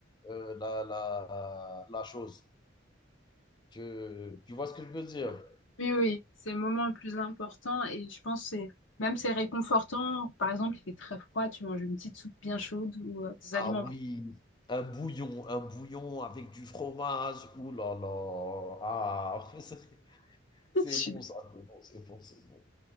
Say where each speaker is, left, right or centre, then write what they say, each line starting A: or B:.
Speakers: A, on the left; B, on the left.
A: euh, la, la, la chose. Tu, tu vois ce que je veux dire?
B: Oui, oui, c'est le moment le plus important et je pense que c'est même c'est réconfortant. Par exemple, il fait très froid, tu manges une petite soupe bien chaude ou euh, des
A: Ah
B: aliments
A: oui,
B: bien.
A: un bouillon, un bouillon avec du fromage. Ouh là là. Ah, <laughs> c'est
B: <laughs>
A: c'est
B: Je suis
A: bon
B: d'accord.
A: ça, c'est bon, c'est bon, c'est bon.